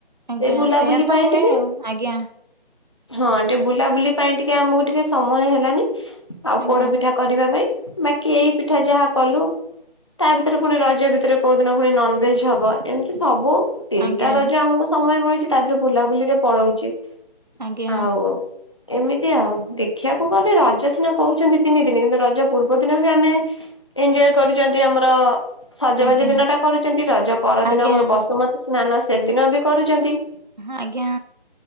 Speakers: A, on the right; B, on the left.
A: ଆଜ୍ଞା
B: ସେ ବୁଲାବୁଲି
A: ସେଆ ତ
B: ପାଇଁ
A: ହୁଏ
B: ଟିକେ
A: ଆଉ ଆଜ୍ଞା।
B: ହଁ ଟିକେ ବୁଲାବୁଲି ପାଇଁ ଟିକେ ଆମକୁ ଟିକେ ସମୟ ହେଲାନି ଆଉ
A: ଆଜ୍ଞା
B: ପୋଡପିଠା କରିବା ପାଇଁ ବାକି ଏଇ ପିଠା ଯାହା କଲୁ। ତା ଭିତରେ ପୁଣି ରଜ ଭିତରେ କୋଉ ଦିନ ପୁଣି ନନଭେଜ ହବ ଏମିତି ସବୁ। ତିନିଟା
A: ଆଜ୍ଞା
B: ରଜ ଆମକୁ ସମୟ ମିଳୁଛି ତା ଦିରେ ବୁଲାବୁଲିରେ ପଳଉଛି
A: ଆଜ୍ଞା
B: ଆଉ ଏମିତି ଆଉ ଦେଖିବାକୁ ଗଲେ ରଜ ସିନା କହୁଛନ୍ତି ତିନି ଦିନ କିନ୍ତୁ ରଜ ପୂର୍ବ ଦିନ ବି ଆମେ ଏଞଜୟ କରୁଛନ୍ତି ଆମର ସଜବାଜ
A: ଆଜ୍ଞା
B: ଦିନ ଟା କରୁଛନ୍ତି ରଜ ପରଦିନ
A: ଆଜ୍ଞା
B: ଆମର ବସୁମତୀ ସ୍ନାନ ସେଦିନ ବି କରୁଛନ୍ତି।
A: ହଁ ଆଜ୍ଞା।